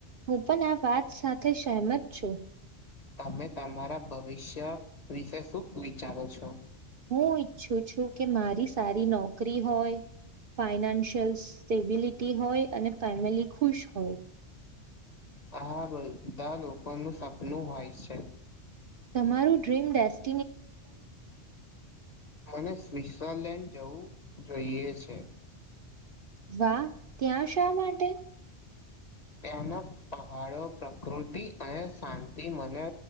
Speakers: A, on the right; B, on the left.
A: હું પણ આ વાત સાથે સહેમત છું.
B: તમે તમારા ભવિષ્ય વિશે શું વિચારો છો?
A: હું ઈચ્છું છું કે મારી સારી નોકરી હોય ફાઈનાન્શિયલ સ્ટેબિલિટી હોય અને ફેમિલી ખુશ હોય.
B: હા બધા લોકોનું સપનું હોય છે.
A: તમારું ડ્રીમ ડેસ્ક
B: મને સ્વઝરલેન્ડ જવું જોઈએ છે.
A: વાહ ત્યાં શા માટે?
B: ત્યાંના પહાડો પ્રકૃતિ અને શાંતિ મને